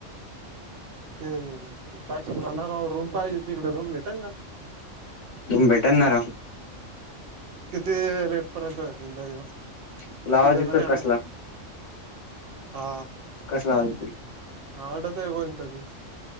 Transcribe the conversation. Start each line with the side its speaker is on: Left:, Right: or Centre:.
Right: ते पाहिजेणारवर रूम पाहिजे तिकडे रूम भेटंगा
Left: तुम बेटर नाम
Right: किती रेट पर्यंत भेटून तरीन
Left: तुला
Right: ठीकज
Left: आवाज येतो
Right: ना
Left: कसला
Right: आम्ही हा
Left: कसला हल तरी
Right: हडता हगोयंतदी